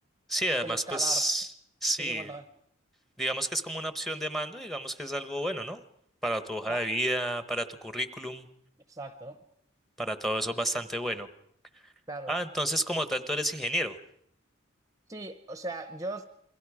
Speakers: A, in the centre; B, on the right (about 15°).
A: Sí, además
B: Es como escalar.
A: pues sí,
B: Sí, sí, cuéntame.
A: digamos que es como una opción de mando, digamos que es algo bueno, ¿no? Para tu hoja
B: Da-
A: de vida, para tu currículum,
B: Exacto,
A: para todo eso es bastante bueno.
B: claro.
A: Ah, entonces como tal tú eres ingeniero.
B: Sí, o sea, yo,